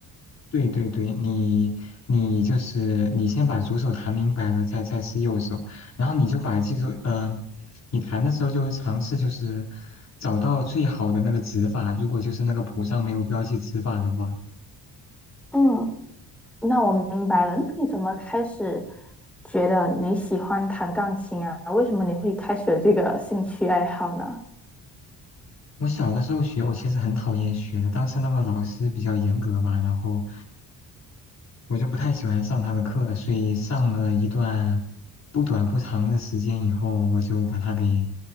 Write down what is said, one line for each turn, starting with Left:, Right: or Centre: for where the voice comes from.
Left: 对对对，你你就是你先把左手弹明白了，再再试右手，然后你就把记住，嗯、你弹的时候就尝试就是找到最好的那个指法，如果就是那个谱上没有标记指法的话，
Centre: 嗯，那我明白了。那你怎么开始觉得你喜欢弹钢琴啊？为什么你会开始有这个兴趣爱好呢？
Left: 我小的时候学，我其实很讨厌学的，当时那个老师比较严格吧，然后我就不太喜欢上他的课，所以上了一段不短不长的时间以后，我就把他给